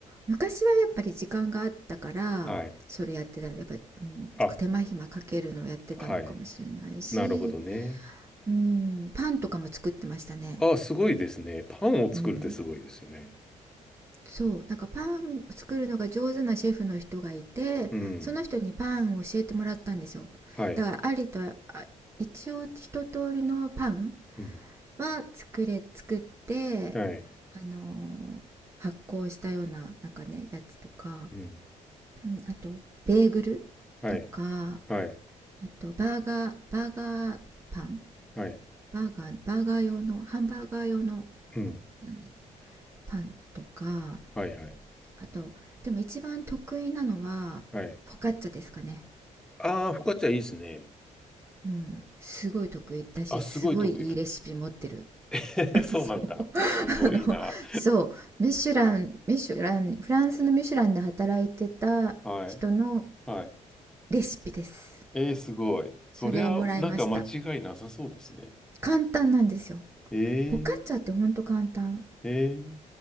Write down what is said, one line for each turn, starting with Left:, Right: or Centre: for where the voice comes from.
Right: 昔はやっぱり時間があったから、
Centre: はい。
Right: それやってたんで、やっぱ、うん、
Centre: あ、
Right: 手間暇かけるのをやってたのかもしれないし、
Centre: はい。なるほどね。
Right: うん、パンとかも作ってましたね。
Centre: ああ、すごいですね。パンを作るってすごいですよね。
Right: うん。そうなんかパン作るのが上手なシェフの人がいてその人にパンを教えてもらったんですよだからありとあ
Centre: うん。はい。
Right: 一応一通りのパン
Centre: うん。
Right: は作れ作って
Centre: はい。
Right: あのー発酵したようななんかねやつとか、
Centre: うん。
Right: うん、あとベーグルとかあ
Centre: はい。はい。
Right: とバーガーバーガーパン
Centre: はい。
Right: バーガーバーガー用のハンバーガー用の
Centre: うん。
Right: 何パンとか
Centre: はいはい。
Right: あとでも一番得意なのはフォカッチャですかね
Centre: はい。ああ、フォカッチャいいですね。
Right: うんすごい得意だしすごいいいレシピ持ってる
Centre: あ、すごい得意。<laughs>
Right: <laughs>
Centre: そうなんだ。
Right: そう <laughs>
Centre: すごいな。
Right: あのそうミシュランミシュランフランスのミシュランで働いてた人の
Centre: はい。はい。
Right: レシピです
Centre: えー、すごい。そりゃ、
Right: それをもらいました
Centre: なんか間違いなさそうですね。
Right: 簡単なんですよ
Centre: えー、
Right: フォカッチャってほんと簡単
Centre: えー、